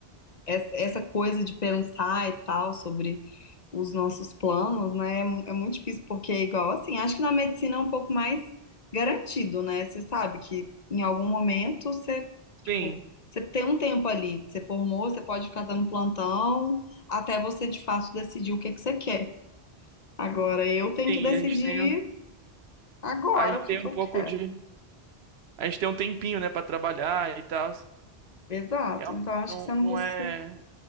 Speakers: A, on the left; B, on the right.
A: es- essa coisa de pensar e tal sobre os nossos planos, né? É, mu- é muito difícil porque é igual assim, acho que na medicina é um pouco mais garantido, né? Você sabe que em algum momento você, tipo,
B: Sim,
A: você tem um tempo ali, você formou, você pode ficar dando plantão até você de fato decidir o que que você quer. Agora eu tenho
B: sim,
A: que decidir
B: a gente tem, um-
A: agora
B: a gente
A: o que
B: tem
A: que
B: um
A: eu
B: pouco
A: quero.
B: de. A gente tem um tempinho, né, pra trabalhar e tal.
A: Exato.
B: Realmente
A: Então acho
B: não,
A: que você não
B: não
A: precisa
B: é.